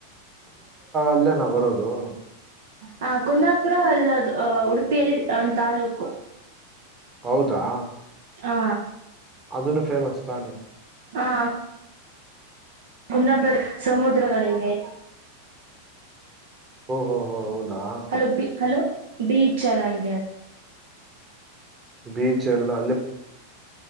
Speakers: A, on the right; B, on the right.
A: ಇಲ್ಲ ನ ಬರೋದು
B: ಹ ಕುಂದಾಪುರ ಅಲ್ಲದು ಉಡುಪಿಯಲ್ಲಿ ಒಂದು ತಾಲೂಕು
A: ಹೌದಾ
B: ಹಾ
A: ಅದನ ಫೇಮಸ್ ತಾನ
B: ಹಾ. ಉನ್ನತಾ ಸಮುದ್ರಗಳಿವೆ
A: ಓಹೋ ಹೋ ಹೌದಾ
B: ಹಲೋ ಬಿ ಹಲೋ. ಬೀಚ್ ಎಲ್ಲ ಇದೆ ಅ.
A: <inaudible> ಬೀಚ್ ಎಲ್ಲಾ.